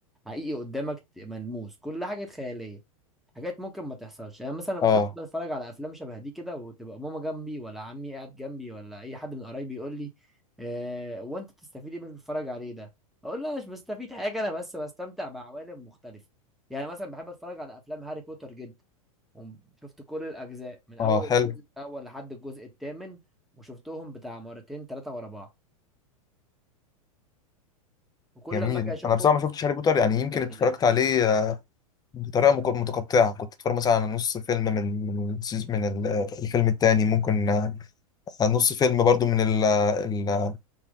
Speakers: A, in the centre; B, on the left (about 20°).
A: حقيقي قدامك ملموس كل حاجة خيالية حاجات ممكن ما تحصلش يعني مثلا ممكن
B: آه
A: افضل اتفرج على افلام شبه دي كده وتبقى ماما جنبي ولا عمي قاعد جنبي ولا اي حد من قرايبي يقول لي آه وانت بتستفيد ايه من اللي بتتفرج عليه ده اقول له مش بستفيد حاجه انا بس بستمتع بعوالم مختلفه يعني مثلا بحب اتفرج على افلام هاري بوتر جدا وشفت كل الاجزاء من اول
B: آه حلو
A: الجزء الاول لحد الجزء الثامن وشفتهم بتاع مرتين ثلاثه ورا بعض وكل
B: جميل
A: ما اجي اشوفهم
B: أنا بصراحة ما شفتش هاري بوتر
A: انا
B: يعني
A: ملان
B: يمكن اتفرجت
A: يعني
B: عليه آه، بطريقة مك- متقطعة كنت اتفرج مثلا على نص فيلم من من السيز- من ال- آه، الفيلم التاني ممكن آه، على نص فيلم برضو من ال- آه، ال- آه،